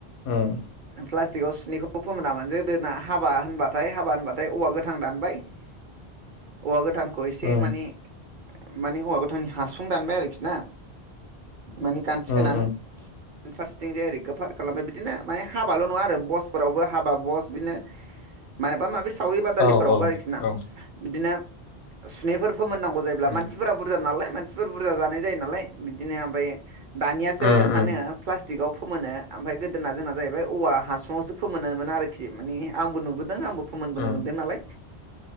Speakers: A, on the left; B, on the right.
A: उम
B: प्लास्टिकआव सुनिखौ फोमोनामोन <unintelligible> गोदोना हाबा होनबाथाय हाबा हाबा होनबाथाय औवा गोथां दानबाय औवा गोथांखौ एसे
A: उम
B: माने माने औवा गौथांनि हासुं दानबाय आरोखि ना माने गान्थि
A: उम
B: गोनां
A: उम
B: फारसेथिं जाय ओरै ओरैखौ फार खालामबाय बिदिनो माने हाबाल नङा आरो बसफोरावबो हाबा बस बिदिनो माबा माबि सावरि बादालिफोरावबो
A: औ औ
B: आरोखिना
A: औ
B: बिदिनो सुनैफोर फोमोननांगौ जायोब्ला
A: उम
B: मानसिफोराबो बुरजा नालाय मानसिफोर बुरजा जानाय जायो नालाय बिदिनो ओमफ्राय दानियासो
A: उम
B: माने
A: उम
B: प्लास्टिकआव फोमोनो ओमफ्राय गोदोना जोंना जाहैबाय औवा हासुङावसो फोमोनो न आरोखि मानसे आंबो नुबोदों आंबो फोमोनबोनो
A: उम
B: मोन्दों नालाय